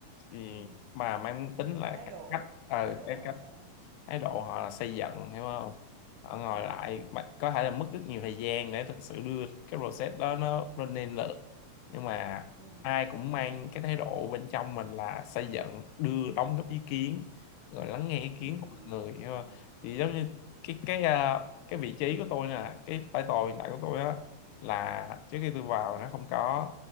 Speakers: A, on the left (about 80°); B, on the right (about 80°).
A: thì
B: ừ.
A: mà mang tính là
B: thái
A: cải
B: độ
A: cách ờ,
B: thái độ
A: cái
B: họ sao
A: thái độ họ là xây dựng hiểu không họ ngồi
B: ừ,
A: lại mà có thể là mất rất nhiều thời gian để thực sự đưa cái process đó nó lên lên được nhưng mà
B: ừ,
A: ai cũng mang cái thái độ bên trong mình là xây dựng đưa đóng góp ý kiến rồi lắng nghe ý kiến
B: ừ,
A: của mọi người hiểu không thì giống như cái cái ờ, cái vị trí của tôi nè cái title hiện tại của tôi á là trước khi tôi vào nó không có